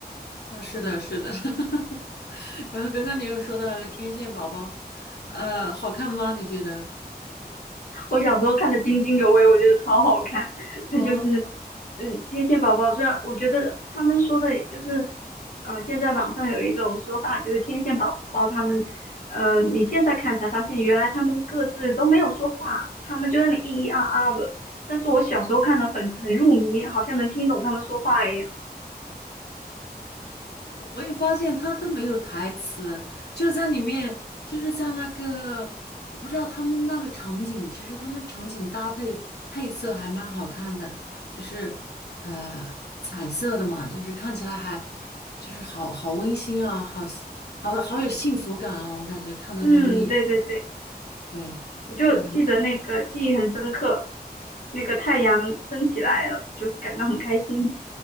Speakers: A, on the left; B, on the left.
A: 啊，是的，是的。<laughs> 然后刚刚你又说到那个天线宝宝，呃，好看吗？你觉得？
B: 我小时候看的津津有味，我觉得超好看。<laughs>
A: 哦
B: 它就是，嗯，天线宝宝虽然我觉得他们说的也就是，嗯、现在网上有一种说法，就是天线宝宝他们，嗯、你现在看才发现原来他们各自都没有说话，他们就在那里咿咿啊啊的。但是我小时候看的很很入迷，好像能听懂他们说话一样。
A: 对，我也发现他都没有台词，就是在里面，就是在那个，我不知道他们那个场景，其实他们场景搭配配色还蛮好看的，就是呃彩色的嘛，就是看起来还就是好好温馨啊，好好好有幸福感啊，我感觉看到他们也
B: 嗯，对对对，
A: 对，
B: 我就记得那个记忆很深刻，
A: 嗯，
B: 那个太阳升起来了，就是感到很开心。